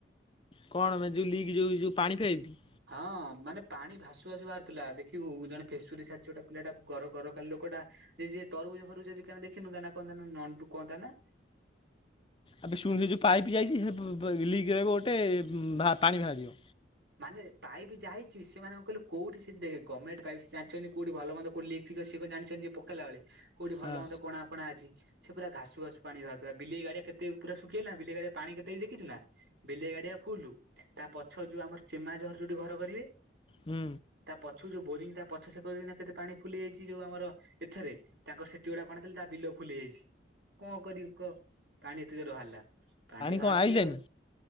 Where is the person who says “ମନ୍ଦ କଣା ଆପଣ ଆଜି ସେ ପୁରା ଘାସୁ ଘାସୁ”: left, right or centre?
Right